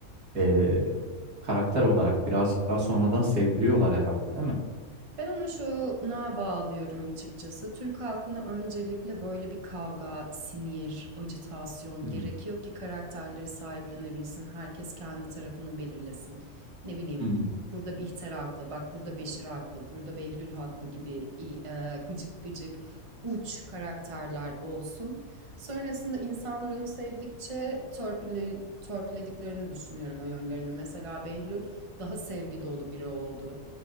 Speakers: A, on the right (about 80°); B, on the right (about 25°).
A: eee, karakter olarak birazcık daha sonradan sevdiriyorlar herhalde değil mi?
B: Ben onu şuna bağlıyorum açıkçası. Türk halkına öncelikle böyle bir kavga, sinir, ajitasyon
A: Hı
B: gerekiyor
A: hı.
B: ki karakterleri sahiplenebilsin. Herkes kendi tarafını belirlesin. Ne bileyim,
A: Hımm.
B: burada Bihter haklı, bak burada Beşir haklı, burada Behlül haklı gibi i- e, gıcık gıcık uç karakterler olsun. Sonrasında insanlar onu sevdikçe torpili, torpilediklerini düşünüyorum o yönlerini. Mesela Behlül daha sevgi dolu biri oldu.